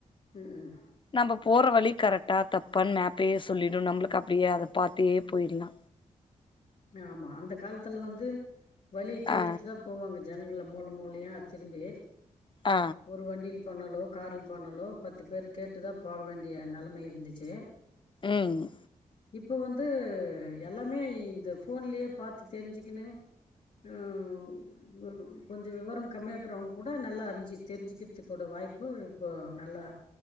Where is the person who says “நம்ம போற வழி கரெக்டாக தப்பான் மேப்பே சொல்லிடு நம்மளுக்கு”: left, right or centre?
Left